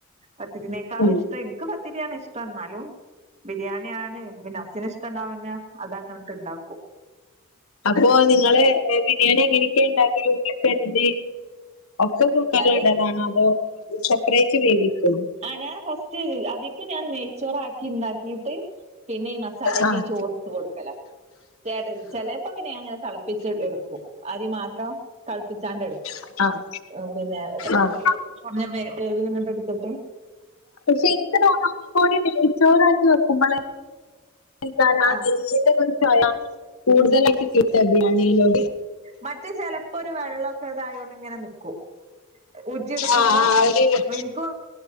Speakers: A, on the right (about 30°); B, on the left (about 75°).
A: പത്തിരിനേക്കളും
B: ഉം
A: ഇഷ്ട്ടം ഇൻക്ക് പത്തിര്യാണ് ഇഷ്ട്ടം ന്നാലും. ബിര്യാണ്യാണ് പിന്നെ ഹസ്സിന് ഇഷ്ട്ടണ്ടാവുമ്പ പിന്നെ അതങ്ങനട്ട് ണ്ടാക്കും.
B: അപ്പൊ നിങ്ങള് ബിര്യേണി എങ്ങനെക്കെ ണ്ടാക്കല് ഉള്ളിക്കെ <unintelligible> ഒക്കെ കുക്കർല്ടലാണോ
A: ബിരിയാണി
B: അതോ സെപ്പറേറ്റ് വേവിക്കോ.
A: ആഹ് ഞാ ഫസ്റ്റ് അതികും ഞാ നെയ്ച്ചോറാ ക്കിണ്ടാക്കിട്ട് പിന്നെ ഈ മസാലേക്ക്
B: ആഹ്
A: ഈ ചോറ്ട്ട് കൊടുക്കല. ചേട് ചെലേപ്പങ്ങനെ ഞാങ്ങനെ തളപ്പിച്ച്ട് എടുക്കും അരിമാത്രം. തൾപ്പിച്ചാണ്ടെടു
B: ആഹ്
A: അഹ് പിന്നെ <unintelligible>
B: ആഹ്
A: കൊർഞ്ഞ വേ വേവിലിങ്ങട്ട്ട്ത്ത്ട്ട്.
B: പക്ഷെ ഇൻക്ക് തോന്ന ഒക്കകൂടി നെയ്ച്ചോറാക്കി വെക്കുമ്പളെ. <unintelligible>
A: ആ
B: ചൊയ കൂടുതലായ്റ്റ് കിട്ട ബി <unintelligible> ലോ.
A: മറ്റ ചെലപ്പൊരു വെള്ളൊക്കെ തായോണ്ട്ങ്ങനെ ന്ന്ക്കും. ഊറ്റിയെടുക്കുമ്പോ
B: ആഹ് ആഹ് ഒരു
A: വിൻകൊ